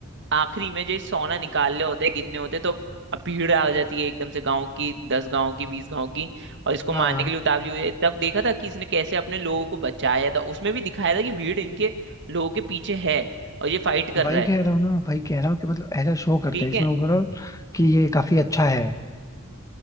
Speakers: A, on the right; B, on the left.
A: आखिरी में जो सोना निकालने होते हैं गिनने होते हैं तो अब भीड़ आ जाती है एकदम से गांव की दस गांव की बीस गांव की और इसको
B: हाँ
A: मारने के लिए उतावली हो जाती है। तब देखा था कि इसने कैसे अपने लोगों को बचाया था उसमें भी दिखाया था कि भीड़ इनके लोगों के पीछे है और ये फाइट कर
B: वही
A: रहा है
B: कह रहा हूँ ना वही कह रहा हूँ कि मतलब ऐसा शो करते
A: ठीक
B: हैं इसमें
A: है
B: ओवरऑल कि ये काफी अच्छा है